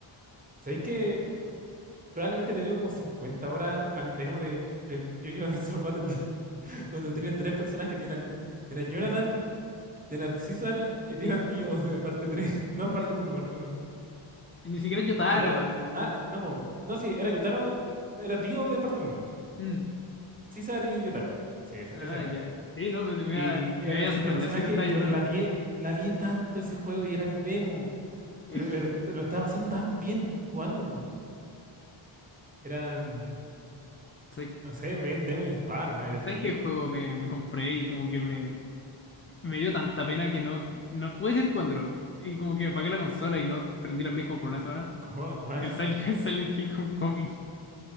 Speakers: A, on the right (about 15°); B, on the left (about 30°).
A: ¿Sabéis que probablemente le debo como 50 horas al demo de, del JoJo Bizarre Battle, <laughs> donde tiene tres personajes que tiene al, tiene a Jonathan, tiene al César y tiene
B: y,
A: a Dio de parte tres <laughs> No,
B: y-
A: parte uno parte uno
B: y ni siquiera Yotaro,
A: Era...
B: así,
A: Ah, no, po, no, sí, era Yotaro, era Dio de parte uno
B: mm,
A: César y Yotaro. Sí, ese,
B: ah,
A: ese era.
B: ya, Sí, no, pues me
A: Y
B: iba,
A: eran
B: me iba
A: estos
B: a sorprender
A: tres personajes
B: si no estaba
A: y
B: Yotaro.
A: los labié, labié tanto ese juego y era el demo.
B: <laughs>
A: Pero, pero te- lo estaba pasando tan bien jugándolo. Eran,
B: ¿Sabes
A: no sé, veía un demo y lo jugaba nomás y era feliz.
B: sabes qué juego me, me compré y como que me, me dio tanta pena que no, no pude seguir jugándolo, y como que apagué la consola y no prendí la Play como por una semana,
A: <laughs> ¿Cómo, cuál?
B: el Silent, <laughs> Silent Hill Homecoming,